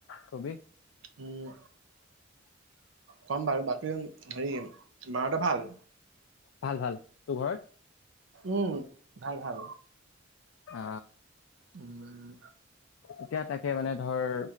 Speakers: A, on the left; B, on the right.
A: কবি
B: উম কম বাৰু বাকী হেৰি মাৰতে ভাল
A: ভাল ভাল তোৰ ঘৰত
B: উম ভাল ভাল
A: উম
B: উম।
A: এতিয়া তাকে মানে ধৰ